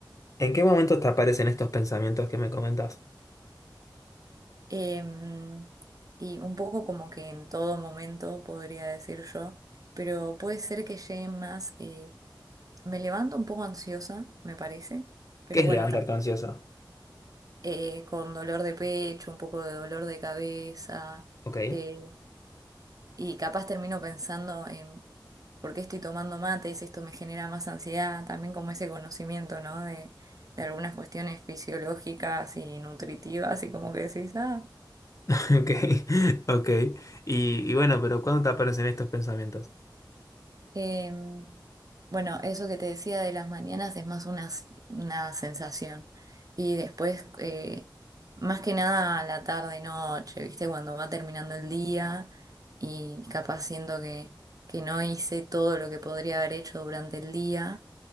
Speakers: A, on the left; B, on the right.
A: ¿En qué momento te aparecen estos pensamientos que me comentas?
B: Em, y un poco como que en todo momento, podría decir yo, pero puede ser que llegue más... eh, Me levanto un poco ansiosa, me parece, pero
A: ¿Qué es
B: bueno,
A: levantarte
B: ta-
A: ansioso?
B: eh, con dolor de pecho, un poco de dolor de cabeza,
A: Ok,
B: eh, y capaz termino pensando en por qué estoy tomando mates, esto me genera más ansiedad, también como ese conocimiento, ¿no? De, de algunas cuestiones fisiológicas y nutritivas, y como que decís, ah.
A: <laughs> ok, ok. Y, y bueno, pero ¿cuándo te aparecen estos pensamientos?
B: Eh, bueno, eso que te decía de las mañanas es más una, s- una sensación. Y después, eh, más que nada a la tarde, noche, ¿viste? Cuando va terminando el día y capaz siento que, que no hice todo lo que podría haber hecho durante el día